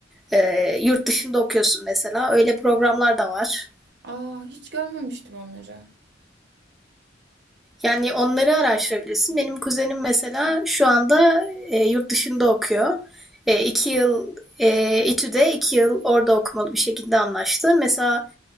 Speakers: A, in the centre; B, on the right.
A: e, yurt dışında okuyorsun mesela. Öyle programlar da var.
B: Aa hiç görmemiştim onları.
A: Yani onları araştırabilirsin. Benim kuzenim mesela şu anda e, yurt dışında okuyor. E, iki yıl e, İTÜ'de, iki yıl orada okumalı bir şekilde anlaştı. Mesela